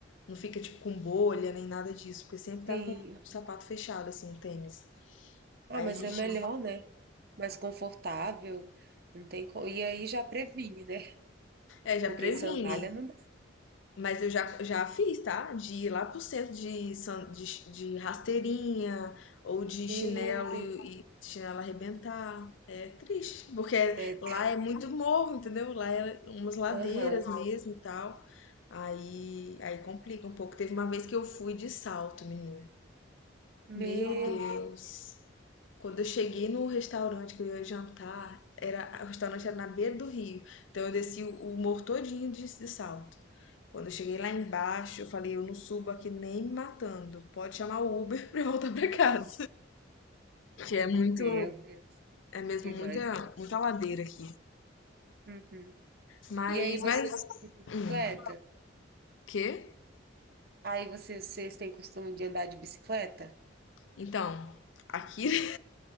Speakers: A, on the left; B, on the right.
A: não fica, tipo, com bolha nem nada disso, porque sempre tá
B: Sim.
A: com o sapato fechado, assim, o tênis.
B: Ah,
A: Aí
B: mas
A: a gente.
B: é melhor, né? Mais confortável. Não tem co... E aí já previne, né?
A: É, é, já
B: Porque
A: previne.
B: sandália não
A: Mas eu já, já fiz, tá? De ir lá pro centro de, san- de, chi- de rasteirinha ou de
B: Meu
A: chinelo
B: Deus.
A: e, e chinelo arrebentar. É triste, porque
B: É,
A: lá é muito morro, entendeu? Lá é umas ladeiras
B: aham.
A: mesmo e tal. Aí, aí complica um pouco. Teve uma vez que eu fui de salto, menina.
B: Meu
A: Meu Deus.
B: Deus,
A: Quando eu cheguei no restaurante que eu ia jantar, era, o restaurante era na beira do rio. Então eu desci o, o morro todinho de, de salto. Quando eu cheguei lá embaixo, eu falei, eu não subo aqui nem me matando. Pode chamar o Uber <laughs> pra eu voltar pra casa. Que é muito,
B: meu Deus.
A: é mesmo
B: Eu imagino.
A: muita, muita ladeira aqui.
B: Uhum.
A: Mas,
B: E aí você
A: mas,
B: de bicicleta?
A: hum, quê?
B: Aí vocês, vocês têm costume de andar de bicicleta?
A: Então, aqui